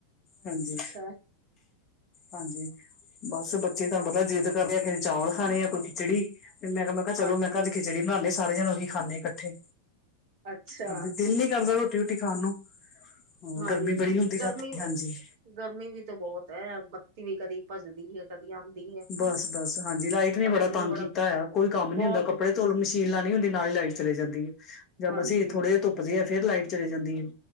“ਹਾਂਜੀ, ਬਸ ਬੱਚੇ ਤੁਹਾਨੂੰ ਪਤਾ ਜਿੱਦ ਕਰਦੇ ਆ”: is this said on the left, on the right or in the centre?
Left